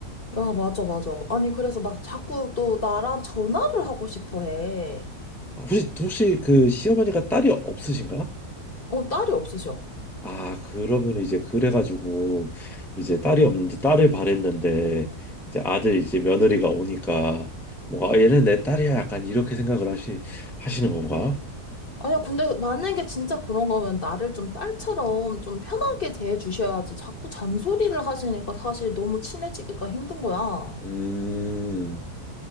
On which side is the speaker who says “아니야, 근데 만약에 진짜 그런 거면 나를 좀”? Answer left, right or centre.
Left